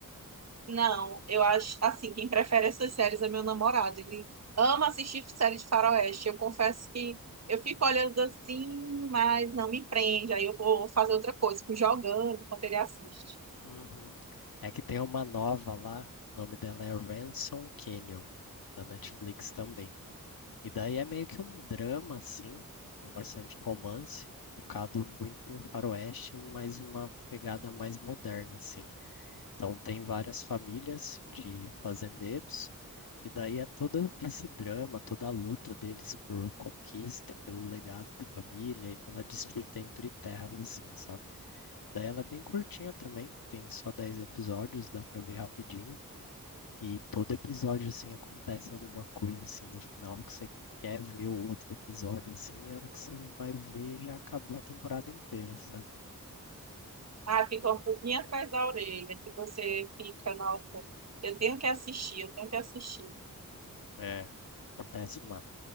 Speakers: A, on the right; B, on the left.
A: Não, eu acho assim, quem prefere essas séries é meu namorado. Ele ama assistir séries de faroeste. Eu confesso que eu fico olhando assim, mas não me prende. Aí eu vou fazer outra coisa, fico jogando enquanto ele assiste.
B: Uhum. É que tem uma nova lá, o nome dela é Ransom Canyon, da Netflix também. E daí é meio que um drama, assim, com bastante romance, focado muito em faroeste, mas uma pegada mais moderna, assim. Então tem várias famílias de fazendeiros, e daí é todo esse drama, toda a luta deles por conquista, pelo legado da família e pela disputa entre terras, assim, sabe? Daí ela é bem curtinha também, tem só 10 episódios, dá pra ver rapidinho. E todo episódio, assim, acontece alguma coisa, assim, no final que você quer ver o outro episódio, assim, e a hora que você vai ver já acabou a temporada inteira, sabe?
A: Ah, fica um pouquinho atrás da orelha, que você fica, nossa, eu tenho que assistir, eu tenho que assistir.
B: É, Acontece uma,